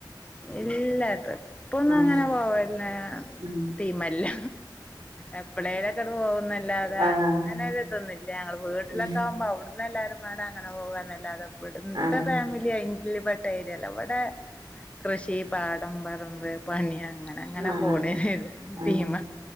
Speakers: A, on the left; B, on the right.
A: ഇല്ല ട്രിപ്പൊന്നും
B: ആഹ്
A: അങ്ങനെ പോവേല്ല.
B: ഉം
A: ടീമല്ല എപ്പളേലൊക്കൊന്ന് പോകുന്നല്ലാതെ
B: ആഹ്
A: അങ്ങനൊരിതൊന്നുല്ല ഞങ്ങ വീട്ടിലൊക്കെ
B: ഉം
A: ആകുമ്പോ അവിടന്ന് എല്ലാവാരും വേണം അങ്ങനെ പോകുന്നല്ലാതെ ഇവിടത്തെ
B: ആഹ്
A: ഫാമിലി അയി ൽപ്പെട്ട ഏരിയല്ല ഇവിടെ കൃഷി പാടം പറമ്പ് പണി യങ്ങ അങ്ങനെ അങ്ങനെ
B: ആഹ്
A: പോണ്
B: ആഹ്
A: ടീമാ